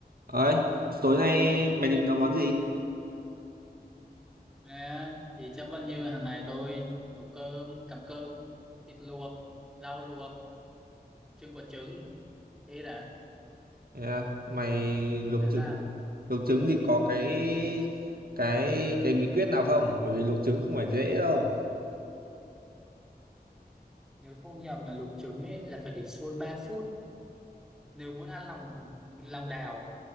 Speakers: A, on the right (about 65°); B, in the centre.
A: Ấy, tối nay mày định nấu món gì?
B: Rồi thì chắc vẫn như hàng ngày tôi nấu cơm, cắm cơm, thịt luộc, rau luộc, trưng quả trứng. Thế đã,
A: Yeah, mày luộc
B: là sao?
A: trứng, luộc trứng thì có cái cái cái bí quyết nào không? Bởi vì luộc trứng không phải dễ đâu.
B: Nếu không nhầm là luộc trứng ấy là phải để sôi 3 phút. Nếu muốn ăn lòng lòng đào,